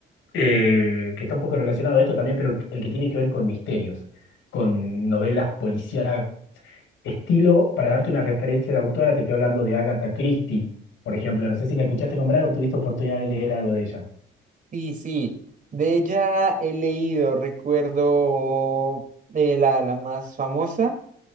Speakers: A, on the left (about 80°); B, on the right (about 45°).
A: eh, que está un poco relacionado a esto también, pero el que tiene que ver con misterios, con novelas policiales estilo, para darte una referencia de autora, te estoy hablando de Agatha Christie, por ejemplo. No sé si la escuchaste nombrar o tuviste oportunidad de leer algo de ella.
B: Sí, sí, de ella he leído, recuerdo de la, la más famosa,